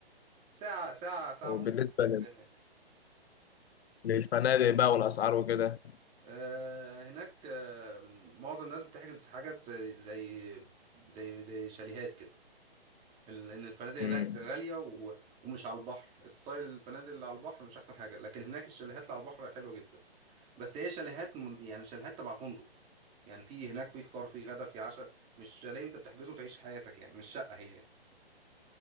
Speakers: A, on the right (about 20°); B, on the left (about 75°).
A: ساعة ساعة ساعة
B: وبالنسبة
A: ونص بالكتير
B: لل-
A: تلاقي هناك
B: للفنادق بقى والأسعار وكده
A: آه هناك آه معظم الناس بتحجز حاجات زي زي زي زي شاليهات كده ال- ان الفنادق
B: مم.
A: هناك غاليه و... ومش على البحر ستايل الفنادق اللي على البحر مش احسن حاجه لكن هناك الشاليهات اللي على البحر حلوه جدا بس هي شاليهات م... يعني شاليهات تبع فندق يعني في هناك في فطار في غدا في عشاء مش شاليه انت بتحجزه وتعيش حياتك يعني مش شقه هي يعني.